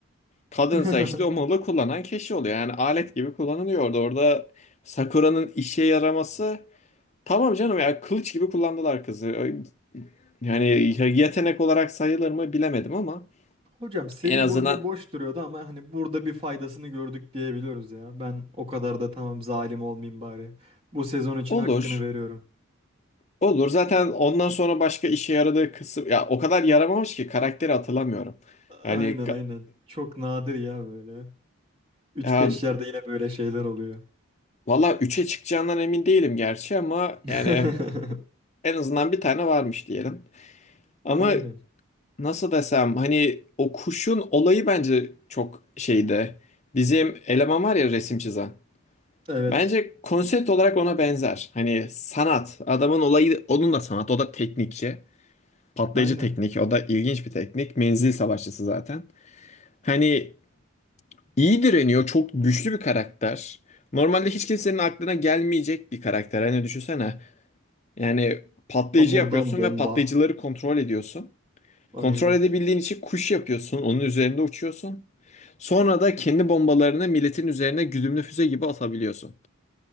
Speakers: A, on the left; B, on the right.
A: Kadınsa
B: <laughs>
A: işte o malı kullanan kişi oluyor. Yani alet gibi kullanılıyor orada. Orada Sakura'nın işe yaraması tamam canım ya kılıç gibi kullandılar kızı. Yani yetenek olarak sayılır mı bilemedim ama
B: Hocam seri
A: en azından
B: boyunca boş duruyordu ama hani burada bir faydasını gördük diyebiliyoruz ya. Ben o kadar da tamam zalim olmayayım bari. Bu sezon için
A: olur.
B: hakkını veriyorum.
A: Olur. Zaten ondan sonra başka işe yaradığı kısım ya o kadar yaramamış ki karakteri hatırlamıyorum.
B: Aynen
A: Yani
B: aynen. Çok nadir ya böyle. üç
A: <laughs> ya,
B: beş yerde yine böyle şeyler oluyor.
A: valla 3'e çıkacağından emin değilim gerçi ama
B: <laughs>
A: yani en azından bir tane varmış diyelim. Ama
B: Aynen.
A: nasıl desem hani o kuşun olayı bence çok şeydi. Bizim eleman var ya resim çizen.
B: Evet.
A: Bence konsept olarak ona benzer. Hani sanat. Adamın olayı onun da sanat. O da teknikçi. Patlayıcı
B: Aynen.
A: teknik. O da ilginç bir teknik. Menzil savaşçısı zaten. Hani iyi direniyor. Çok güçlü bir karakter. Normalde hiç kimsenin aklına gelmeyecek bir karakter. Hani düşünsene. Yani patlayıcı
B: Hamurdan
A: yapıyorsun
B: bomba.
A: ve patlayıcıları kontrol ediyorsun.
B: Aynen.
A: Kontrol edebildiğin için kuş yapıyorsun. Onun üzerinde uçuyorsun. Sonra da kendi bombalarını milletin üzerine güdümlü füze gibi atabiliyorsun.